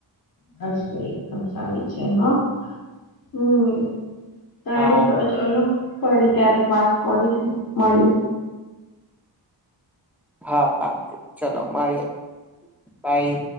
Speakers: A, on the left (about 50°); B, in the centre.
A: બસ એકદમ સારી છે. હા હમ્મ સારું
B: હા
A: તો ચલો ફરી ક્યારેક વાત કરીશું મળી
B: હા પાક્કુ, ચલો મળીએ બાય.